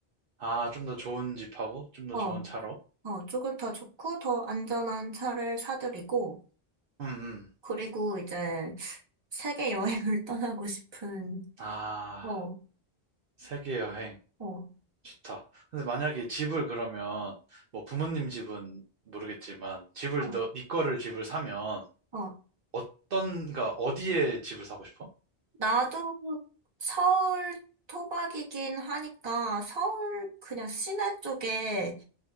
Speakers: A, on the right; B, on the right.
A: 아, 좀 더 좋은 집하고, 좀 더
B: 어,
A: 좋은 차로.
B: 어, 조금 더 좋고 더 안전한 차를 사드리고,
A: 음, 음.
B: 그리고 이제 세계 여행을 <laughs> 떠나고 싶은,
A: 아,
B: 어,
A: 세계 여행.
B: 어,
A: 좋다. 근데 만약에 집을 그러면, 뭐 부모님 집은 모르겠지만, 집을,
B: 어,
A: 너, 네 거를 집을 사면,
B: 어,
A: 어떤, 가 어디에 집을 사고 싶어?
B: 나도 서울 토박이긴 하니까 서울 그냥 시내 쪽에